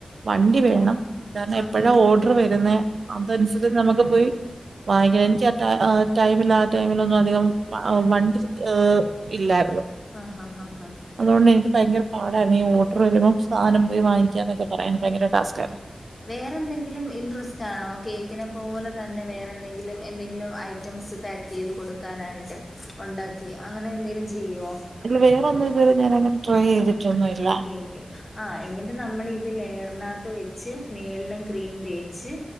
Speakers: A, on the right (about 85°); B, on the left (about 25°).
A: വണ്ടി വേണം കാരണം എപ്പഴാ
B: ആണ്
A: ഓർഡർ വരുന്ന അതനുസരിച്ച് നമുക്ക് പോയി വാങ്ങിയവനിക്ക് ആ ടൈമില് ആ ടൈമിലൊന്നും അധികം വണ്ടി ഇഹ് ഇല്ലായിരുന്നു
B: ആഹ് ആഹ് ആഹ്
A: അതുകൊണ്ട് എനിക്ക് ഭയങ്കര പാടായിരുന്നു ഈ ഓട്ടർ വരുമ്പം സാധനം പോയി വാങ്ങിക്ക എന്നൊക്കെ പറയാന് ഭയങ്കര ടാസ്ക് ആയിരുന്നു
B: വേറെ എന്തെങ്കിലും ഇൻട്രസ്റ്റ് ആണോ കേക്കിനെ പോലെ തന്നെ വേറെന്തെങ്കിലും എന്തെങ്കിലും ഐറ്റംസ് ചെയ്ത് കൊടുക്കാനായിട്ട് ഉണ്ടാക്കി അങ്ങനെ എന്തെങ്കിലും ചെയ്യുവോ
A: ഇല്ല വേറൊന്നും ഇതുവരെ ഞാനങ്ങനെ ട്രൈ ചെയ്തിട്ടൊന്നും ഇല്ല.
B: ഓക്കേ. ആ എന്നിട്ട് നമ്മൾ ഇത് ലെയറിനകത്ത് വെച്ച്, മേളിലും ക്രീം തേച്ച്.